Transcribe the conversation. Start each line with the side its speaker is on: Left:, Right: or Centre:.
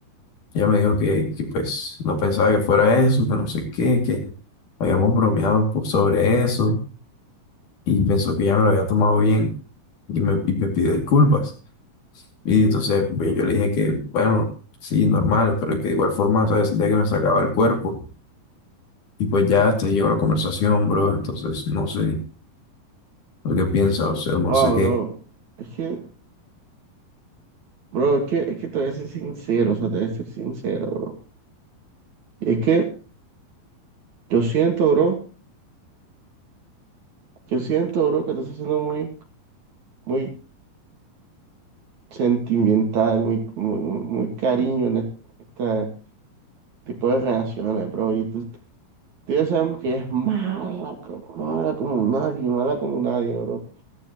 Left: Ella me dijo que, que, pues no pensaba que fuera eso, que no sé qué, que habíamos bromeado pues, sobre eso y pensó que ya me lo había tomado bien y me, y me pidió disculpas. Y entonces pues, yo le dije que, bueno, sí, normal, pero que de igual forma, ¿sabes? Sentía que me sacaba el cuerpo. Y pues ya hasta ahí llegó la conversación, bro. Entonces no sé lo que piensa, o sea, no
Right: Ah,
Left: sé qué.
Right: bro. Es que, bro, es que, es que te voy a ser sincero, o sea, te voy a ser sincero, bro. Y es que yo siento, bro, yo siento, bro, que te estás haciendo muy, muy sentimental, muy, muy, muy cariño en este tipo de relaciones, bro. Y tú, tú ya sabemos que ella es mala, co- mala como nadie, mala como nadie, bro.